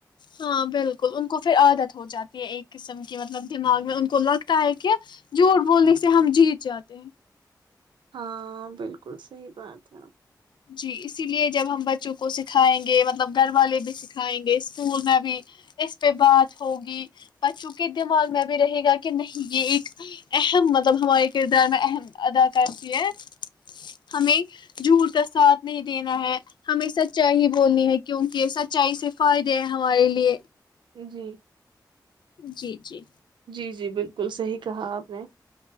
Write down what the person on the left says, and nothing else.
ہاں بالکل ان کو پھر عادت ہو جاتی ہے ایک قسم کی مطلب دمغ میں کو لگتا ہے کہ جھوٹ بونے سے ہم جیت جاتے ہیں
جی اسی لیے جب ہم بچوں کو سکھائیں گے مطلب گھر والے بھی سکھائیں گے اسکول میں بھی اس پہ بات ہوگی بچوں کے دماغ میں بھی رہے گا کہ نہیں یہ ایک اہم مطلب ہمارے کردار میں اہم ادا کرتی ہے ہمیں جور کا ساتھ نہیں دینا ہے ہمیں سچائی ہی بولنی ہے کیونکہ سچائی سے فائدے ہیں ہمارے لیے
جی جی